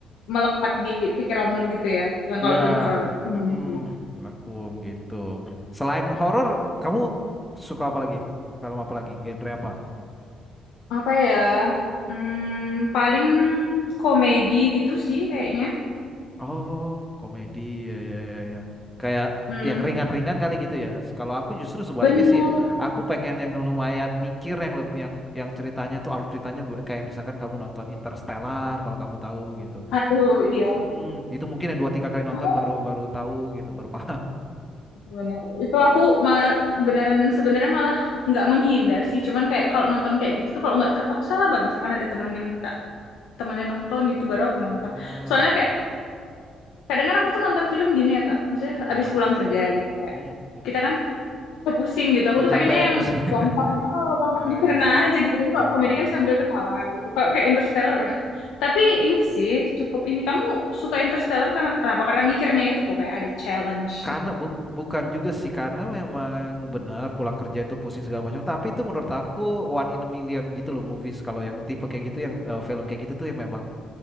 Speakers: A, on the left (about 90°); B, in the centre.
A: melekat di pikiranmu gitu ya yang
B: Iya,
A: kalau film horor Indonesia
B: mm Jelangkung gitu. Selain horor, kamu suka apa lagi? Film apa lagi? Genre apa?
A: apa ya hmm, paling komedi gitu sih kayaknya
B: Oh, komedi ya ya ya ya. Kayak
A: hmm,
B: yang ringan-ringan kali gitu ya. Kalau aku justru sebaliknya
A: bener
B: sih, aku pengen yang lumayan mikir yang leb- yang yang ceritanya tuh alur ceritanya be- kayak misalkan kamu nonton Interstellar kalau kamu tahu gitu.
A: aduh iya
B: Hmm, itu mungkin yang dua tiga kali nonton
A: kamu
B: baru baru tahu gitu, baru paham.
A: Bener. Itu aku malah beneran sebenarnya malah nggak menghindar sih. Cuman kayak kalau nonton kayak gitu tuh kalau nggak terpaksa lah, Bang. Misalkan ada teman yang minta temannya nonton gitu baru aku nonton.
B: Oh,
A: Soalnya
B: iya.
A: kayak kadang kan aku tuh nonton film gini ya, Kak. Maksudnya
B: Gimana
A: habis pulang
B: tuh?
A: kerja gitu kayak.
B: Hmm, mm-mm.
A: Kita kan pusing gitu. Aku
B: Udah
A: tuh
B: capek
A: pengennya yang
B: pusing. <laughs>
A: gampangnya gampang
B: Ya
A: dicerna
B: ya,
A: aja gitu. Jadi kalau
B: yang
A: komedi
B: ringan.
A: kan sambil ketawa gitu. Kalau kayak Interstellar. ah. Tapi ini sih cukup ini. Kamu suka Interstellar karena kenapa? Karena mikirnya itu kok kayak ada challenge
B: Karena
A: gitu.
B: bu- bukan juga sih karena memang benar pulang kerja itu pusing segala macam tapi itu menurut aku one in a million gitu loh movies kalau yang tipe kayak gitu yang eh, film kayak gitu tuh yang memang